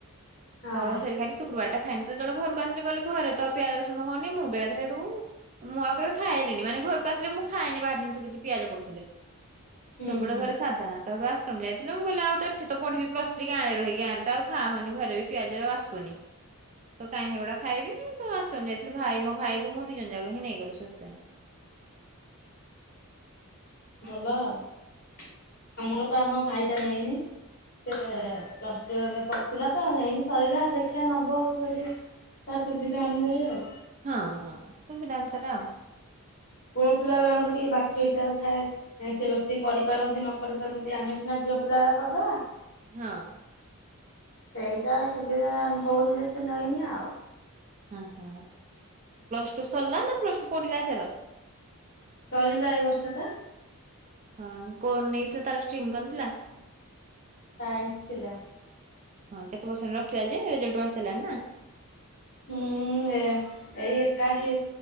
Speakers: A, on the left; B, on the right.
A: ହଁ।
B: ତ ସେଠ ଖାଲି ଶୁକ୍ରବାର ଟା ଖାଇନି ତବେଳେ ଘରକୁ ଆସିଲେ କହିଲ ଘରେ ତ ପିଆଜ ରସୁଣ ହଉନି, ମୁଁ ବି ଏକାଥରେ ହେଠୁ ମୁଁ ଆଉ କେବେ ଖାଏଲିନି, ମାନେ ଘରକୁ ଆସିଲେ ମୁଁ ଖାଏନି ବାହାର ଜିନିଷ କିଛି ପିଆଜ ପଡୁଥିଲେ।
A: ହୁଁ
B: ସବୁବେଳେ
A: ହୁଁ
B: ଘରେ ସାଧା। ତାଠୁ ଆଶ୍ରମ ଯାଇଥିଲ ମୁଁ କହିଲ ଆଉ ତ ଏଠି ତ ପଢିବି ପ୍ଲସ ଥ୍ରୀ ଗାଁରେ ରହି ଗାଁରେ ଆଉ ଖା ହନି ଘରେ ବି ପିଆଜ ଆସୁନି ତ କାଇହିଁ ହେଗୁଡା ଖାଇବି ତୁ ଆଶ୍ରମ ଯାଉଚି, ଭାଇ ମୋ ଭାଇ କ ମୁଁ ଦି ଜଣ ଯାକ ହିଁ ନେଇଗଲୁ ସ୍ଵସ୍ତୟାନି। <inaudible>
A: ଭଲ ଆଉ। ଆମର ତ ଆମ ଭାଇଟା ନେଇନି ସେ
B: ଓହୋ
A: ପ୍ଲସଟା ପଡ଼ିଥିଲା ତ ନେଇନି ସରିଲା ଦେଖିବା ନେବ ଯଦି ତା ସୁବିଧା ଅନୁଯାୟୀ ଆଉ।
B: ହଁ ହଁ ସୁବିଧା ଅନୁସାରେ ଆଉ।
A: ପୁଅ ପିଲାଗୁରାଙ୍କର ଟିକେ ବାଛ ବିଚାର ଥାଏ ସେ ରୋଷେଇ କରିପାରନ୍ତି ନ କରି ପାରନ୍ତି ଆମେ ସିନା ଝିଅ ପିଲାରା କରିଦେବା।
B: ହଁ।
A: ସେଇଟା ସୁବିଧା ହଉନି ଯେ ସେ ନେଇନି ଆଉ।
B: ହଁ ହଁ ପ୍ଲସ୍ ଟୁ ସରିଲା ନା ପ୍ଲସ୍ ଟୁ ପଢିଲା ଏଥର?
A: ସରିଲା ଏଇ ବର୍ଷ ତ
B: ହଁ କଣ ନେଇଥିଲା ତାର ଷ୍ଟ୍ରିମ୍ କଣ ଥିଲା?
A: ସାଇନ୍ସ ଥିଲା।
B: ହଁ କେତେ ପରସେଣ୍ଟ୍ ରଖିଲା ଯେ ରେଜଲ୍ଟ ବାହାରିସାରିଲାଣି ନା।
A: ହୁଁ ଏ, ଏଇ ଏକାଅଶୀ